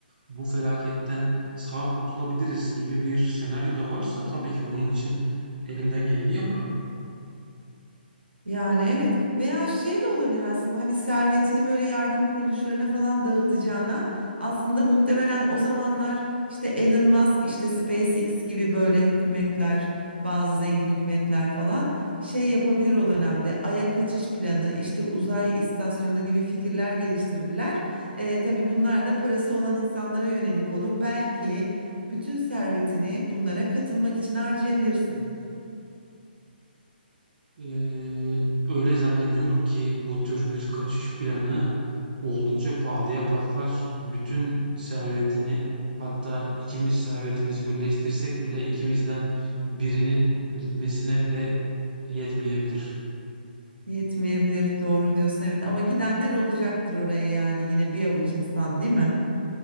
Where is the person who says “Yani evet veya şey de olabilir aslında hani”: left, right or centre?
Right